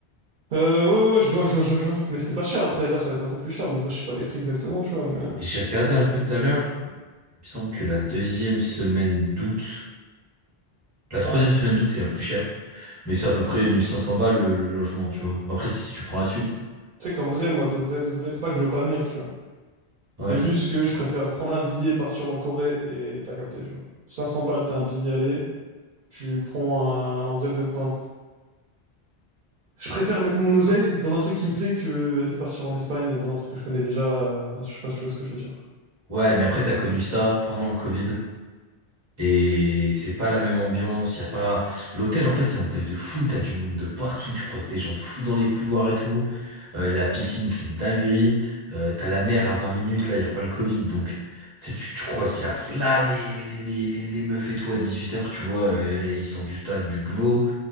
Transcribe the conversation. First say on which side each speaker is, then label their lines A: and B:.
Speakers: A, on the right; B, on the right.
A: Euh, ouais, ouais, ouais, je vois, je vois, je vois. je vois. Mais c'était pas cher, après, là, ça va être un peu plus cher. Bon, après, je sais pas les prix exactement, tu vois, mais...
B: J'ai regardé un peu tout à l'heure. Il me semble que la deuxième semaine d'août, la troisième semaine d'août, c'est la plus chère. Mais c'est à peu près 1500 balles le, le logement, tu vois. Bon, après, si tu prends la suite.
A: Tu sais qu'en vrai, moi, de vrai, de vrai, c'est pas que je veux pas venir, tu vois.
B: Ouais.
A: C'est juste que je préfère prendre un billet, partir en Corée, et t'as capté, genre. 500 balles, t'as un billet aller, tu prends un... En vrai, de... pain. je préfère mettre mon oseille dans un truc qui me plaît que, vas-y, partir en Espagne, dans un truc que je connais déjà. euh, Enfin, je sais pas si tu vois ce que je veux dire.
B: Ouais, mais après, t'as connu ça pendant le Covid. Et c'est pas la même ambiance, y a pas... L'hôtel, en fait, c'est un hôtel de fou, t'as du monde de partout, tu croises des gens de fous dans les couloirs et tout. Euh, la piscine, c'est une dinguerie. Euh, t'as la mer à 20 minutes, là, y a pas le Covid, donc... Tu, sais, tu tu croises y a là les, les, les, les, les meufs et tout à dix-huit heures tu vois, euh, ils sortent du taf, du boulot.